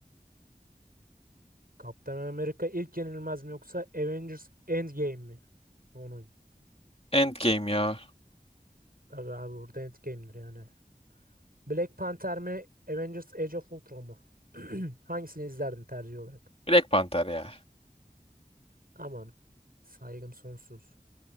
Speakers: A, on the right (about 70°); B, on the left (about 40°).
A: Kaptan Amerika ilk yenilmez mi yoksa Avengers Endgame mi? Onu.
B: Endgame ya.
A: Tabii abi burada Endgame'dir yani. Black Panther mi? Avengers Age of Ultron mu? <clears throat> Hangisini izlerdin tercih olarak?
B: Black Panther ya.
A: Aman Saygım sonsuz.